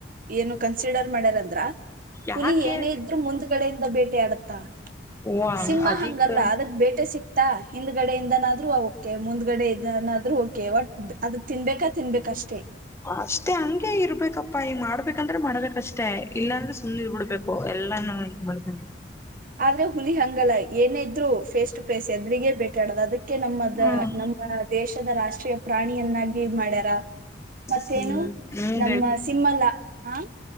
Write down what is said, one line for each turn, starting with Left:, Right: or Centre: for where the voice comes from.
Right: ಏನು ಕನ್ಸಿಡರ್ ಮಾಡ್ಯಾರಂದ್ರ.
Left: ಯಾಕೆ
Right: ಹುಲಿ ಏನೇ ಇದ್ರು ಮುಂದ್ಗಡೆ. ಬೇಟೆ ಹಾಡುತ್ತಾ.
Left: ಓ
Right: ಸಿಂಹ
Left: ಅದಿಕ್
Right: ಹಂಗಲ್ಲ ಅದಕ್ ಬೇಟೆ ಸಿಕ್ತಾ ಹಿಂದಕ್ಕೆ. ಕಡೆಯಿಂದ ಆದ್ರೂನು ಅವು. ಮುಂದ್ಗಡೆ ಇದೇನಾದ್ರೂ ಓಕೆ ವಟ್ ಅದು ತಿನ್ಬೇಕಾ ತಿನ್ಬೇಕಷ್ಟೆ.
Left: ಅಷ್ಟೇ ಹಂಗೆ ಇರ್ಬೇಕಪ್ಪಾ ಈ ಮಾಡ್ಬೇಕ. ಅಂದ್ರೆ ಮಾಡೋಬೇಕ್. ಅಷ್ಟೇ ಇಲ್ಲಾಂದ್ರೆ ಸುಮ್ಮನೆ ಇದ್ ಬಿಡ್ಬೇಕು. ಎಲ್ಲಾನು <unintelligible> ಮಾಡಬೇಕು.
Right: ಆದ್ರೆ ಹುಲಿ ಹಂಗಲ್ಲ. ಏನೇ ಇದ್ರೂ ಫೇಸ್ ಟು ಫೇಸ್ ಎದ್ರಿಗೆ ಬೇ <unintelligible> ನಮ್ಮದ
Left: ಹ್ಮ್
Right: ನಮ್ಮ ದೇಶದ ರಾಷ್ಟ್ರೀಯ ಪ್ರಾಣಿಯನ್ನಾಗಿ ಮಾಡ್ಯಾರ. ಕ ಮತ್ತೇನು
Left: ಹ್ಮ್ ಹ್ಮ್
Right: ನಮ್ಮ ಸಿಮಲ್ಲ ಹ.